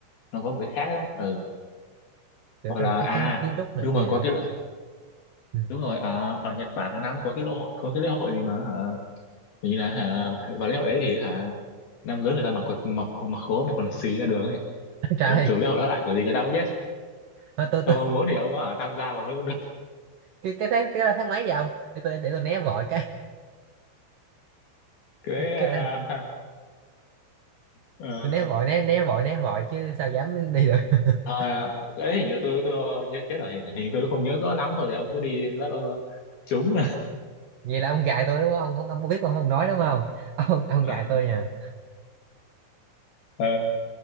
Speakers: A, on the left; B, on the right.
A: Nó có một cái khác á, ừ.
B: kiểu
A: Hoặc
B: trong
A: là
B: cái
A: à,
B: kiến kiến trúc này
A: đúng
B: kia
A: rồi có cái
B: ừ.
A: đúng rồi à, ở Nhật Bản hàng năm có cái lễ hội, có cái lễ hội gì mà hả? Kiểu như là hả, vào lễ hội đấy thì hả nam giới người ta mặc quần mặc mặc khố mặc quần xì ra đường ấy
B: <laughs> trời
A: để ông
B: ơi,
A: chủ lễ hội đó lại kiểu gì người ta cũng biết
B: thôi tôi tôi
A: không ông muốn thì ông ở tham gia vào nó cũng được
B: cái cái tháng cái tháng mấy vậy ông để tôi để tôi né vội cái
A: cái
B: <laughs> cái
A: à,
B: đó
A: ờ,
B: tôi né vội né né vội né vội chứ sao dám đi được <laughs>
A: ờ, cái hình như tôi tôi nhớ chết rồi hình hình như tôi không nhớ rõ lắm thôi thì ông cứ đi đi lỡ đâu trúng
B: vậy là ông gài tôi đúng không ông không ông có biết ông không nói đúng không ông ông gài
A: <laughs>
B: tôi nha
A: Ờ,